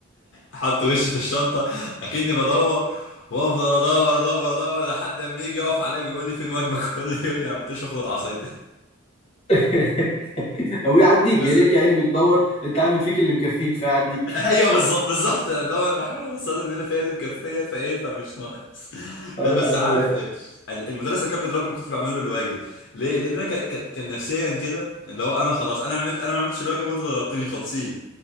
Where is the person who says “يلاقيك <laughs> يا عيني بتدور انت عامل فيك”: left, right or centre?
Left